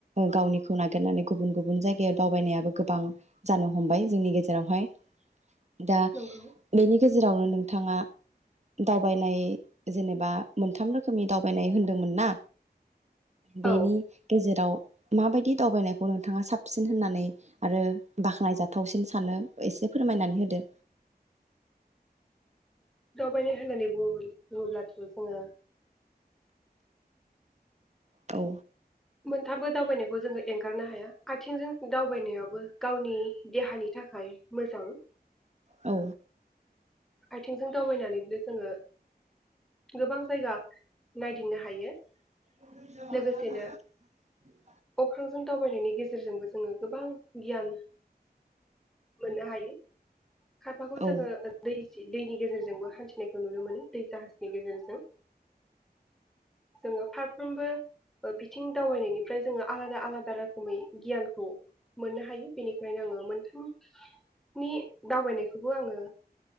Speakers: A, on the right; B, in the centre.
A: गावनिखौ नागिरनानै गुबुन गुबुन जायगायाव दावबायनायाबो गोबां जानो हमबाय जोंनि गेजेरावहाय। दा
B: नंगौ
A: बेनि गेजेरावनो नोंथाङा दावबायनाय जेनेबा मोनथाम रोखोमनि दावबायनाय होन्दोंमोन ना
B: औ
A: बेनि गेजेराव माबायदि दावबायनायखौ नोंथाङा साबसिन होननानै आरो बाख्नायजाथावसिन सानो एसे फोरमायनानै होदो।
B: दावबायनो होननानै बुङो बुङोब्लाथ' जोङो
A: औ
B: मोनथामबो दावबायनायखौ जोङो एंगारनो हाया आथिंजों दावबायनायाबो गावनि देहानि थाखाय मोजां
A: औ
B: आथिंजों दावबायनानैबो जोङो गोबां जायगा नायदिंनो हायो।
A: <unintelligible>
B: लोगोसेनो अख्रांजों दावबायनायनि गेजेरजोंबो जोङो गोबां गियान मोननो हायो खायफाखौ
A: औ
B: जोङो ओ दैनि गेजेरजोंबो हान्थिनायखौ नुनो मोनो दै जाहाज नि गेजेरजों जोङो फारफ्रोमबो बिथ आथिं दावबायनायनिफ्राय जोङो आलादा आलादा रोखोमै गियानखौ मोननो हायो बेनिखायनो आङो मोनथामनि दावबायनायखौबो आङो